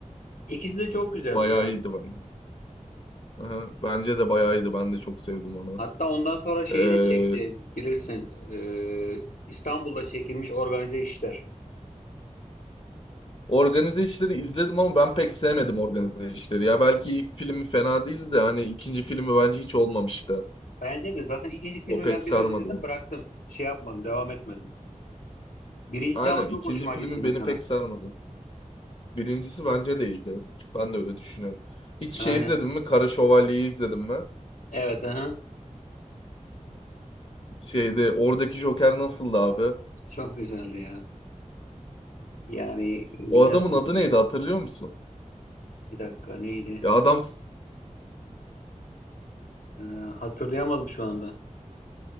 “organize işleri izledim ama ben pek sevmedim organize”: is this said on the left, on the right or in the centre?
Left